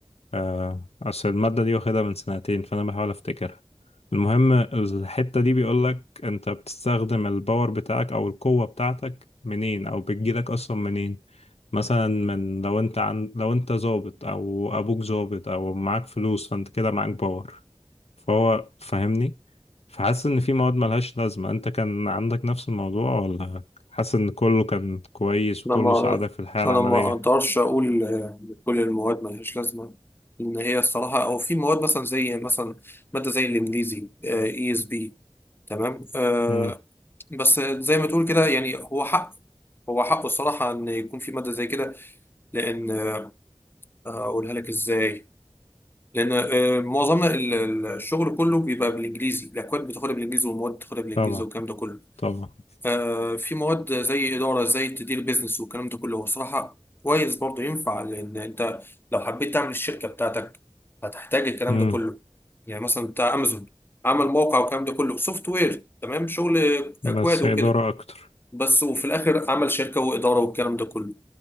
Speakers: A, on the left; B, on the left.
A: آه، أصل المادة دي واخدها من سنتين فأنا بحاول أفتكرها المهم الحتة دي بيقولك أنت بتستخدم الباور بتاعك أو القوة بتاعتك منين أو بتجيلك أصلا منين مثلا من لو أنت عن لو أنت ظابط أو أبوك ظابط أو معاك فلوس فأنت كده معاك باور فهو فاهمني فحاسس إن في مواد ملهاش لازمة أنت كان عندك نفس الموضوع ولا حاسس إن كله كان كويس
B: انا
A: وكله
B: ما
A: ساعدك في الحياة
B: انا
A: العملية؟
B: ما اقدرش اقول آه، كل المواد ملهاش لازمه ان هي الصراحه او في مواد مثلا زي مثلا ماده زي الانجليزي اي اس بي تمام آه
A: مم.
B: بس زي ما تقول كده يعني هو حق هو حقه الصراحه ان يكون في ماده زي كده لان آه، اقولها لك ازاي لان آه، معظمنا ال- ال- الشغل كله بيبقى بالانجليزي الاكواد بتاخدها بالانجليزي والمواد بتاخدها بالانجليزي
A: طبعا
B: والكلام ده كله
A: طبعا
B: آه، في مواد زي إدارة زي تدير بيزنس والكلام ده كله هو صراحة كويس برضه ينفع لأن أنت لو حبيت تعمل الشركة بتاعتك هتحتاج الكلام
A: مم.
B: ده كله يعني مثلا بتاع أمازون عمل موقع والكلام ده كله سوفت وير تمام شغل
A: بس
B: أكواد وكده
A: إدارة أكتر
B: بس وفي الآخر عمل شركة وإدارة والكلام ده كله